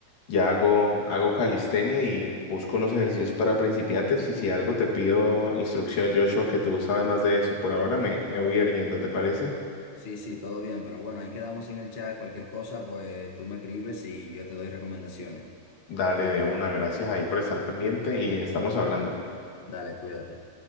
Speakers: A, on the left; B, on the left.
A: ya hago, hago calistenia y busco unos ejercicios para principiantes y si algo te pido instrucción, Joshua, que tú sabes más de eso. Por ahora me,
B: Claro, claro.
A: me voy a ir yendo, ¿te parece?
B: Sí, sí, todo bien, pero bueno, ahí quedamos en el chat. Cualquier cosa, pues tú me escribes y yo te doy recomendaciones.
A: Dale de una, gracias ahí por estar pendiente y estamos hablando.
B: Dale, cuídate.